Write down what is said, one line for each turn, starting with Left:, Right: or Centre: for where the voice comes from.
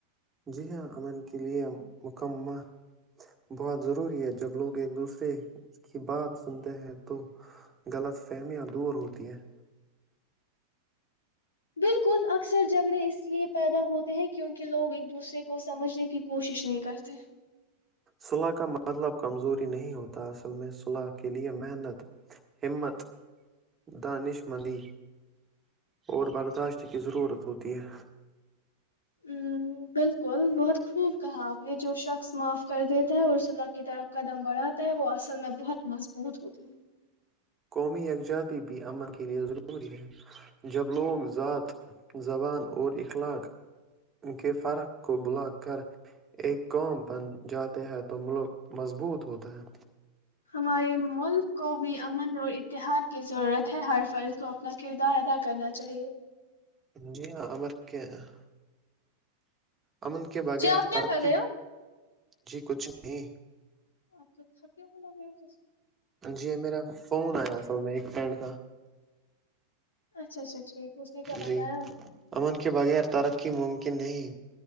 Right: جی ہاں امن کے لیے مکمہ بہت ضروری ہے جب لوگ ایک دوسرے اس کی بات سنتے ہیں تو غلط فہمیاں دور ہوتی ہیں
Left: بالکل اکثر جھگڑے اس لیے پیدا ہوتے ہیں کیونکہ لوگ ایک دوسرے کو سمجھنے کی کوشش نہیں کرتے
Right: صلح کا مطلب کمزوری نہیں ہوتا اصل میں صلح کے لیے محنت ہمت دانش مندی اور برداشت اس کی ضرورت ہوتی ہے
Left: ہ بالکل بہت خوب کہا آپ نے جو شخص معاف کر دیتا ہے اور ص اللہ کی طرف قدم بڑھاتا ہے وہ اصل میں بہت مضبوط ہوتا ہے
Right: قومی یکجاتی بھی امن کے لئے ضروری ہے جب لوگ ذات زبان اور اخلاق کے فرق کو بلا کر ایک قوم بن جاتے ہیں تو ملک مضبوط ہوتا ہے
Left: ہمارے ملک کو بھی امن اور اتحاد کی ضرورت ہے ہر فرض کو اپنا کردار ادا کرنا چاہیے
Right: جی ہاں عمر کیا ہیں امن کے بغیر
Left: جی آپ کیا
Right: ترقی
Left: کر رہے ہو
Right: جی کچھ نہیں
Left: آ تو تھاے بلا گیا جاس
Right: جی میرا فون آیا اصل میں ایک فنڈ کا
Left: اچھا اچھا ٹھیک اس نے کیا بتایا
Right: جی امن کے بغیر ترقی ممکن کہ نہیں